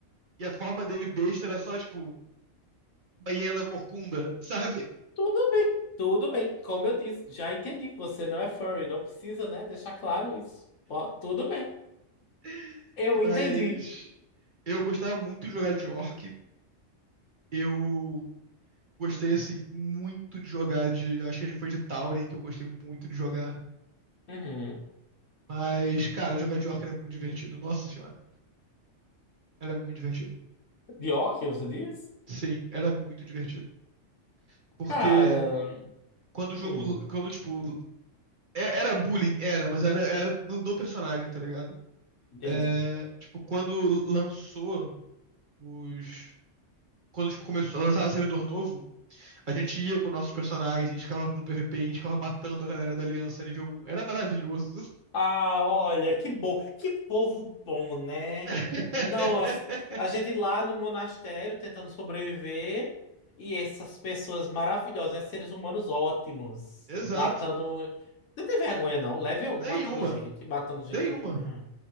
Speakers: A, on the right (about 45°); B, on the left (about 75°).
A: E a forma dele besta era só, tipo, uma hiena corcunda, sabe?
B: Tudo bem, tudo bem. Como eu disse, já entendi. Você não é furry. Não precisa, né? Deixar claro isso. Ó, tudo bem.
A: <laughs>
B: Eu entendi.
A: Mas eu gostava muito de jogar de orc. Eu gostei, assim, muito de jogar de. Acho que foi de Tauren que eu gostei muito de jogar.
B: Uhum.
A: Mas, cara, jogar de orc era muito divertido. Nossa senhora, era muito divertido.
B: De óculos, você diz?
A: Sim, era muito divertido. Porque
B: Cara,
A: quando o
B: hum,
A: jogo, quando, tipo, é- era bullying, era, mas era, era do, do personagem, tá ligado?
B: entendi.
A: É, tipo, quando lançou os... Quando, tipo, começou a lançar servidor novo, a gente ia com nossos personagens, a gente ficava no PVP, a gente ficava matando a galera da Aliança nível um. Era maravilhoso.
B: Ah, olha, que bom, que povo bom, né?
A: <laughs>
B: Nossa, a gente lá no monastério tentando sobreviver e essas pessoas maravilhosas, né? Seres humanos ótimos,
A: Exato.
B: matando. Não tem vergonha, não. Level um
A: Nenhuma.
B: matando gente, matando gente.
A: Nenhuma.
B: Ah,